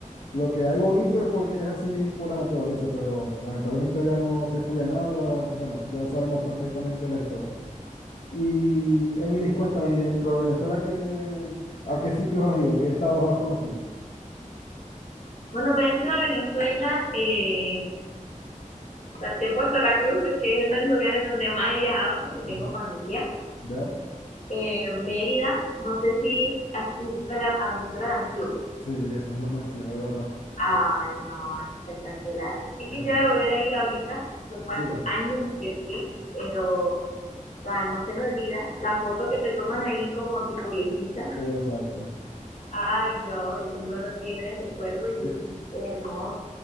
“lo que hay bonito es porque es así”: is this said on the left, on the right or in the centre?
Left